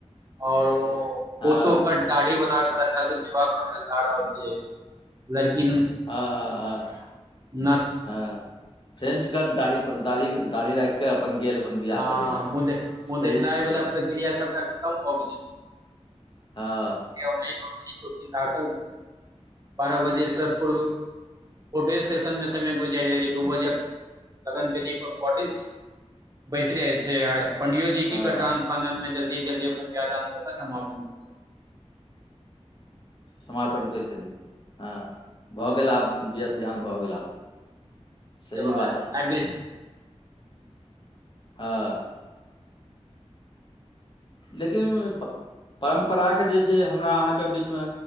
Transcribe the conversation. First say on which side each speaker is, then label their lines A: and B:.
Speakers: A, on the right; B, on the left.
A: और ओ
B: हँ
A: पोतोके दाढ़ी बना कऽ लड़का सभ विवाह करय लेल जा रहल छै लड़की न्
B: ह ह
A: ना
B: हँ, फ्रेंच कट दाढ़ी पर दाढ़ी दाढ़ी राखि के अपन गेल अपन बिआह
A: हँ
B: करय लए।
A: मुँह देख मुँह
B: सही
A: देखनाइ
B: बात छै
A: वला प्रक्रिया सभटा खतम भऽ गेलैक।
B: हँ।
A: <unintelligible> बारह बजेसँ पूर्व फोटोए सेशन मे समय गुजारि एक-दू बजे तक तखन वेदीपर अबैत छै। बैसि जाइत छै आर पण्डिओ जी
B: हँ
A: की करताह, आनन-फाननमे जल्दी-जल्दी अपन बिआह-दान कऽ कऽ समापन। हो
B: समापन करैत छथिन। हँ, भऽ गेल आब बिआह-दान भऽ गेल आब। सही
A: जब आबि
B: बात छियै
A: आबि गेल
B: हँ। लेकिन ओहिमे प परम्पराके जे छै हमरा अहाँके बीचमे